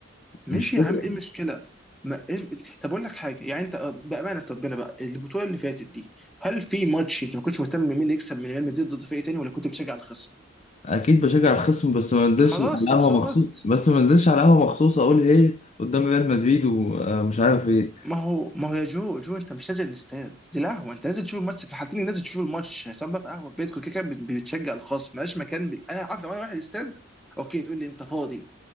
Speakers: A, in the centre; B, on the left (about 35°).
A: ماشي
B: مش كده
A: يا عم ايه المشكله ما إيه... طب اقول لك حاجه يعني انت بامانه ربنا بقى البطوله اللي فاتت دي هل في ماتش انت ما كنتش مهتم مين اللي يكسب من ريال مدريد ضد فريق تاني ولا كنت بتشجع الخصم
B: اكيد بشجع الخصم بس ما انزلش
A: خلاص
B: على القهوه
A: طب سو
B: مخصوص
A: وات
B: بس ما انزلش على القهوه مخصوص اقول هي قدام ريال مدريد ومش عارف ايه
A: ما هو ما هو يا جو جو انت مش نازل الاستاد دي قهوه انت نازل تشوف الماتش في الحالتين نازل تشوف الماتش سواء بقى في قهوه في بيتكم كده كده بت- بتشجع الخصم مالهاش مكان بال... انا عارف لو انا واحد استاد اوكي تقول لي انت فاضي